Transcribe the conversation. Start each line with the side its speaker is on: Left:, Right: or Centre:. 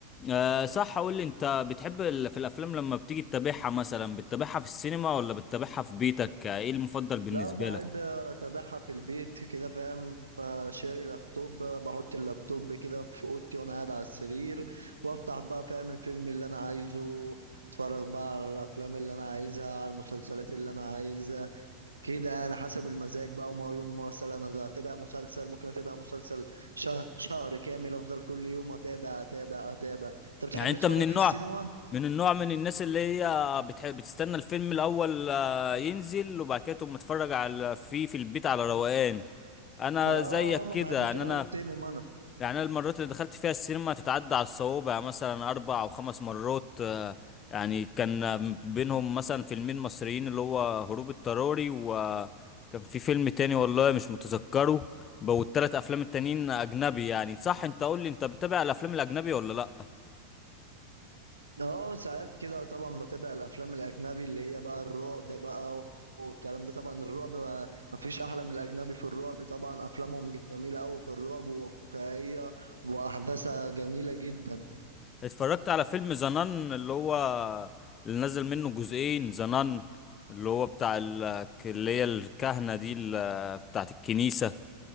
Left: أه صح قول لي انت بتحب ال- في الافلام لما بتيجي تتابعها مثلا بتتابعها في السينما ولا بتتابعها في بيتك آه، ايه المفضل بالنسبة
Right: لا بحب
Left: لك
Right: أتابعها في البيت كده فاهم شاري لابتوب بحط اللابتوب كده في أوضتي وأنا قاعد على السرير وأفتح بقى فاهم الفيلم اللي أنا عايزه أتفرج بقى على الأفلام اللي أنا عايزها على المسلسلات اللي أنا عايزها كده يعني حسب المزاج بقى وما يوم مثلا انا اتابع مسلسل ممكن اتابع مسلسل شه- شهر كامل افضل كل يوم اتابع اتابع اتابع انت بتحب
Left: يعني انت
Right: تتفرج
Left: من النوع
Right: في السينما
Left: من النوع من الناس اللي هي بتحب بتستنى الفيلم الاول آه، ينزل وبعد كده تقوم متفرج على فيه في البيت على روقان انا
Right: اه
Left: زيك
Right: ما
Left: كده
Right: بحبش
Left: يعني
Right: اروح
Left: انا
Right: السينما انا
Left: يعني انا المرات اللي دخلت فيها السينما تتعدى على الصوابع يعني مثلا اربع او خمس مرات آه، يعني كان بينهم مثلا فيلمين مصريين اللي هو هروب اضطراري وكان في فيلم تاني والله مش متذكره والتلات افلام التانيين اجنبي يعني صح انت قول لي انت بتتابع الافلام الاجنبي ولا لا
Right: اه ساعات كده طبعا بتابع الافلام الاجنبي اللي هي بقى الرعب بقى والكلام ده طبعا الرعب بقى مفيش احلى من الاجنبي في الرعب طبعا افلامهم جميلة قوي في الرعب وواقعية واحداثها جميلة جدا
Left: اتفرجت على فيلم زنان اللي هو اللي نزل منه جزئين زنان اللي هو بتاع ال- اللي هي الكهنة دي ال- بتاعت الكنيسة